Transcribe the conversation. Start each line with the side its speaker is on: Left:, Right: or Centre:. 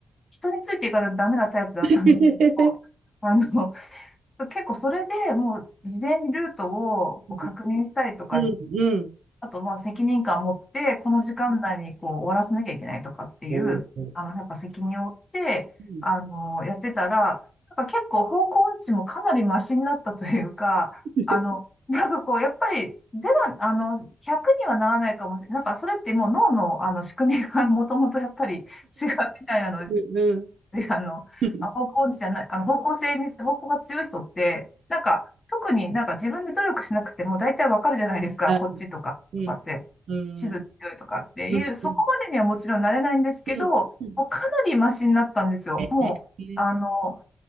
Left: 人についていかないとダメなタイプだったんですけど、
Right: <laughs>
Left: <laughs> あの、結構それでもう事前にルートをこう確認したりとかし、
Right: うんうんうん。
Left: あとまあ責任感を持って、この時間内にこう終わらせなきゃいけないとかっていう、
Right: おー
Left: あの、やっぱ責任を負って、
Right: うん。
Left: あの、やってたら、なんか結構方向音痴もかなりマシになったというか、
Right: です。
Left: あの、なんかこう、やっぱりゼロ、あの、100にはならないかもしれない。なんかそれってもう脳の、あの仕組みが <laughs> もともとやっぱり違うみたいなの
Right: うん。
Left: で、あの、
Right: うん。
Left: あ方向じゃない、あの、方向性に、方向が強い人って、なんか、特になんか自分で努力しなくても大体わかるじゃないですか。
Right: あ、
Left: こっちとか、
Right: うん。
Left: とかって、
Right: うん。
Left: 地図強いとかっていう、
Right: うん。
Left: そこまでにはもちろんなれないんですけど、
Right: うん。うん。うん。
Left: もうかなりマシになったんですよ。
Right: ええ。
Left: もう、
Right: <laughs>
Left: あの、